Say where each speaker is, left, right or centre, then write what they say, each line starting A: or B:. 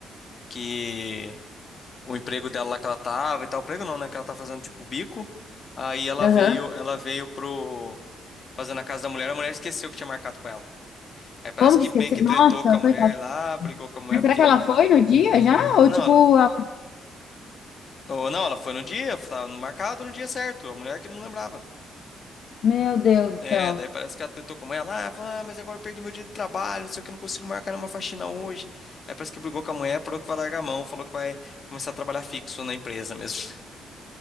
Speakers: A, on the left (about 45°); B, on the left (about 65°).
A: que o emprego dela lá que ela tava e tal, emprego não, né, que ela tá fazendo tipo bico. Aí ela
B: Aham.
A: veio, ela veio pro fazendo a casa da mulher, a mulher esqueceu que tinha marcado com ela. Aí parece
B: Como
A: que
B: que esqueci?
A: meio que
B: Nossa,
A: tretou com a mulher
B: coitada.
A: lá, brigou com a mulher
B: Mas será
A: porque
B: que ela foi no dia já? Ou
A: não,
B: tipo,
A: ela,
B: ela-
A: ou, não, ela foi no dia, tava no marcado no dia certo, a mulher que não lembrava.
B: meu Deus do céu.
A: É, daí parece que ela tretou com a mãe lá, ela ah, fala, ah, mas agora eu perdi meu dia de trabalho, não sei o que, não consigo marcar nenhuma faxina hoje. Aí parece que brigou com a mulher, falou que vai largar a mão, falou que vai começar a trabalhar fixo na empresa mesmo. <laughs>